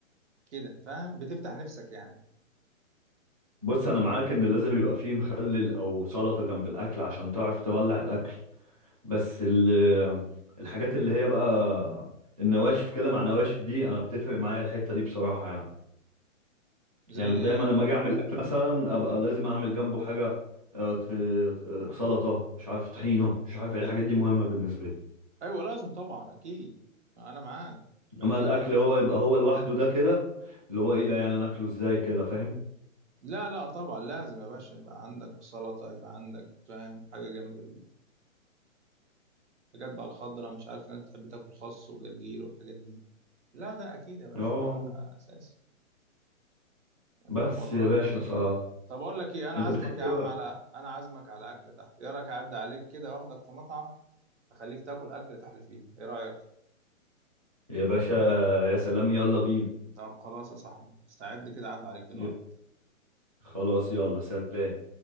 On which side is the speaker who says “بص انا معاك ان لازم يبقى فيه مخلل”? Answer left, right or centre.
Right